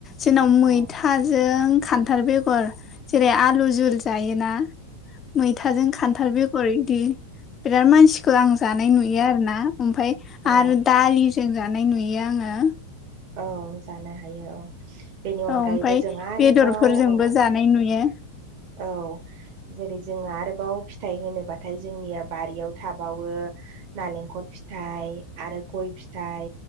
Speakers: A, on the left; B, on the right.
A: जोंनाव मैथा
B: औ
A: जों खान्थाल बेगर जेरै आलु जझुल जायोना? मैथाजों खान्थाल बेगर इदि बिराद मानसि खौ आं जानाय नुयो आरो ना ओमफ्राय
B: औ
A: आरो दालिजों जानाय नुयो आङो।
B: औ जानो हायो औ। बेनि
A: औ
B: अनगायैबो
A: ओमफ्राय
B: जों आरोबाव
A: बेदरफोरजोंबो
B: औ
A: जानाय नुयो
B: औ। जेरै जोङो आरोबाव फिथाइ होनोब्लाथाय जोंनिया बारियाव थाबावो। नारेंखल फिथाइ आरो गय फिथाइ